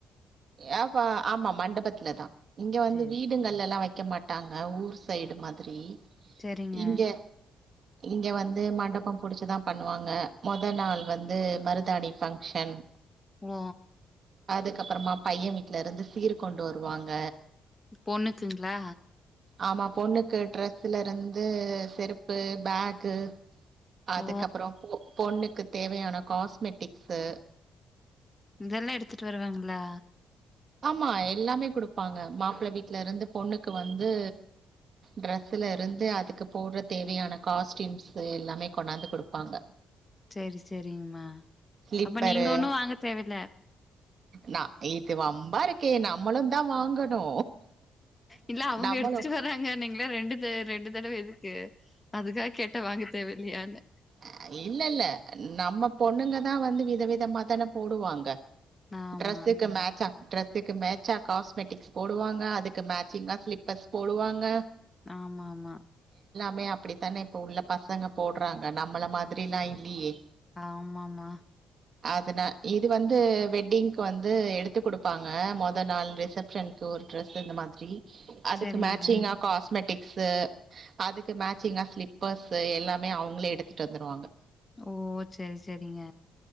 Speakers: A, on the right (about 45°); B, on the left (about 15°).
A: ஏப்பா ஆமா மண்டபத் துல தா இங்க வந்து
B: சரி
A: வீடுங்களெல்லா வை க்க மாட்டாங்க ஊர் சைடு மாதிரி
B: செரிங்க
A: இங்க இங்க வந்து மண்டபம் புடிச்சு தா பண்ணுவாங்க மொத நாள் வந்து மருதாணி ஃபங்க்ஷன்
B: ங்க
A: அதுக்கப்பறமா பைய வீட்லருந்து சீரு கொண்டு வருவாங்க
B: பொண்ணுக்குங்ளா
A: ஆமா பொண்ணுக்கு ட்ரஸ்லருந்து செருப்பு, பேகு அதுக்கப்பறோ
B: ஓ
A: பொ பொண்ணுக் கு தேவையான காஸ்மெட்டிக்ஸு
B: இதெல்லா எடுத்துட்டு வருவாங்ளா
A: ஆமா எல்லாமே குடுப்பாங்க மாப்ள வீட்லருந்து பொண்ணுக்கு வந்து ட்ரெஸ்லருந்து அதுக்கு போட்ற தேவையான காஸ்ட்யூம்ஸு எல்லாமே கொண்னாந்து குடுப்பாங்க
B: சேரி சேரிங்மா
A: ஸ்லிப்பரு
B: அப்ப நீங்க ஒன்னு வாங்க தேவயில்ல
A: நா இது வம்பாருக்கே நம்மளு தா வாங்க னு
B: இல்ல அவங்க
A: நம்மளு
B: எடுத்துட்டு வராங்க நீங்களா ரெண்டு த ரெண்டு தடவ எதுக்கு அதுக்காக கேட்டே வாங்க தேவ இல்லயானு
A: அ இல்ல இல்ல நம்ம பொண்ணுங்கதா வந்து வித விதமா தான போடுவாங்க
B: ஆமா
A: ட்ரஸ்ஸுக்கு மேட்சா ட்ரெஸ்ஸுக்கு மேட்சா காஸ்மெட்டிக்ஸ் போடுவாங்க அதுக்கு மேச்சிங்கா ஸ்லிப்பர்ஸ் போடுவாங்க
B: ஆமா ஆமா
A: மே அப்படித்தான இப்ப உள்ள பசங்க போட்றாங் க நம்மள மாதிரிலா இல்லியே
B: ஆமாமா
A: அதனா இது வந்து வெட்டிங்க்கு வந்து எடுத்து குடுப்பாங்க மொத நாள் ரிசப்ஷன்க்கு ஒரு ட்ரஸ் இந்த மாதிரி அதுக்கு
B: சரிங்க
A: மேச்சிங்கா காஸ்மெட் பிக்ஸ்சு அதுக்கு மேச்சிங்கா ஸ்லிப்பர்ஸ்ஷு எல்லாமே அவங்களே எடுத்துட்டு வந்துருவாங்க
B: ஓ சேரி சேரிங்க